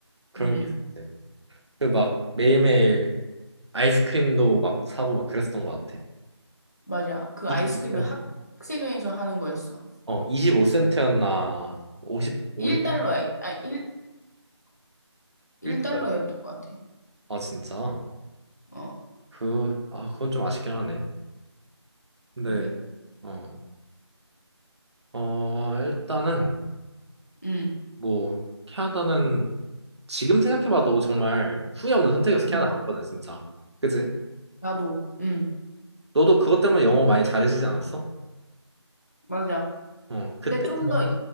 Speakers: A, on the right; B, on the left.
A: 그런
B: 응
A: 게 있었지. 그 막 매일매일 아이스크림도 막 사고 막 그랬었던 것 같아.
B: 맞아. 그
A: 25센트.
B: 아이스크림은 학- 학생회에서 하는 거였어.
A: 어, 25센트였나? 50, 50,
B: 1달러야. 아, 일 1달러였던
A: 1달러.
B: 것 같아.
A: 아, 진짜?
B: 어,
A: 그, 아, 그건 좀 아쉽긴 하네. 네.
B: 그러게.
A: 어, 어, 일단은
B: 응,
A: 뭐 캐나다는 지금 생각해봐도 정말 후회 없는 선택이어서 캐나다
B: 응.
A: 갔거든 진짜. 그지?
B: 나도. 응,
A: 너도 그것 때문에 영어 많이 잘해지지 않았어?
B: 맞아.
A: 어, 그때
B: 근데 좀
A: 경험이?
B: 더